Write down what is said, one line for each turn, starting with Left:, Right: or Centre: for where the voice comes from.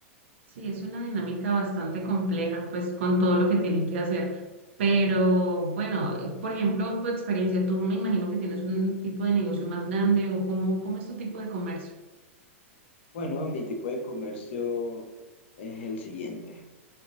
Right: Sí, es una dinámica bastante compleja, pues con todo lo que tienen que hacer. Pero bueno, eh, por ejemplo, tu experiencia, tú me imagino que tienes un tipo de negocio más grande o cómo, cómo es tu tipo de comercio.
Left: Bueno, mi tipo de comercio es el siguiente.